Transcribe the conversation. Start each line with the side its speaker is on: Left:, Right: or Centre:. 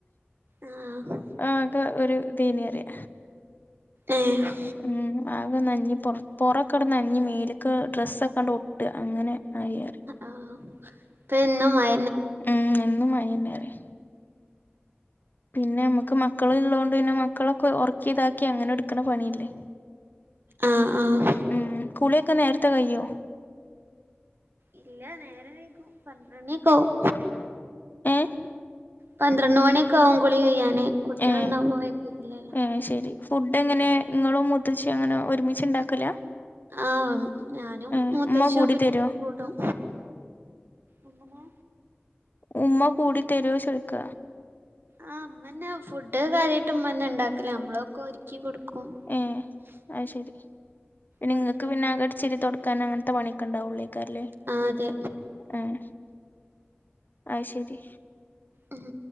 Right: ആഹ്
Left: ആകെ ഒരു ഇദൈനിയറിയ
Right: ഏഹ്
Left: ഉം ആകെ നഞ്ഞ് പൊർ പൊറക്കെട് നഞ്ഞ് മേല്ക്ക് ഡ്രസ്സൊക്കാണ്ട് ഒട്ടാ അങ്ങനെ ആയി
Right: ആഹ് പ്പെന്നും മയ
Left: ഉം എന്നും മയിന്നേറിയ പിന്നെമ്മക്ക് മക്കള് ഇള്ളോണ്ട് പിന്നെ മക്കളക്കെ ഒർക്കി ഇതാക്കി അങ്ങനെ എട്ക്ക്ണ പണിയല്ലേ
Right: ആഹ് ആഹ്
Left: ഉം കുളി ഒക്കെ നേരത്തെ കയ്യോ
Right: ഇല്ല നേരം വൈകും പന്ത്രണിക്കാവും
Left: ഏഹ്
Right: പന്ത്രണ്ട് മണിയൊക്ക ആവും കുളി കയ്യാന് കുട്ടിള്ണ്ടാമ്പൊ
Left: ഏ
Right: വേം തീരില്ലല്ലോ
Left: ഏ ശരി ഫുഡ് എങ്ങനെ ഇങ്ങളും മൂത്തച്ഛിം അങ്ങനെ ഒരുമിച്ച് ഇണ്ടാക്കലാ
Right: ആഹ് ഞാനും
Left: ഏ
Right: മൂത്തച്ഛിം
Left: ഉമ്മ കൂടി തരോ
Right: കൂടും എങ്ങെനെ
Left: ഉമ്മ കൂടി തെരോ ചോയ്ക
Right: ആഹ് ഇമ്മന്നെ ഫുഡ് കാര്യായിട്ട് ഇമ്മന്നെ ഇണ്ടാക്കല് അമ്മളൊക്കൊ ഒര് ക്കി കൊട്ക്കും
Left: ഏഹ് അഹ് ശരി പിന്നെ
Right: ബാക്കിയുള്ള
Left: ഇങ്ങക്ക് പിന്നെ അകട്ച്ചരി തൊട് ക്കാന് അങ്ങൻത്തെ പണിക്കണ്ടാവൊള്ള്യ്ക്കാരല്ലേ
Right: ആഹ് അതെ
Left: ഉം ആഹ് ശരി
Right: ഉം